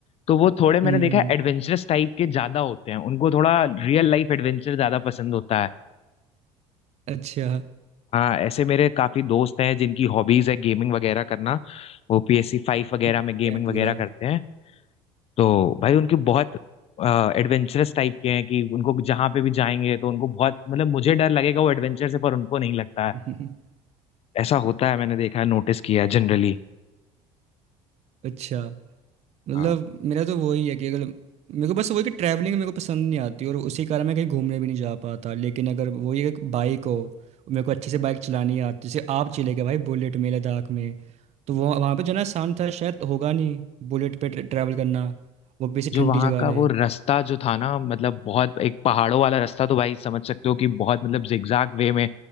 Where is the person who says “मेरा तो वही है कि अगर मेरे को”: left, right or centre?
Right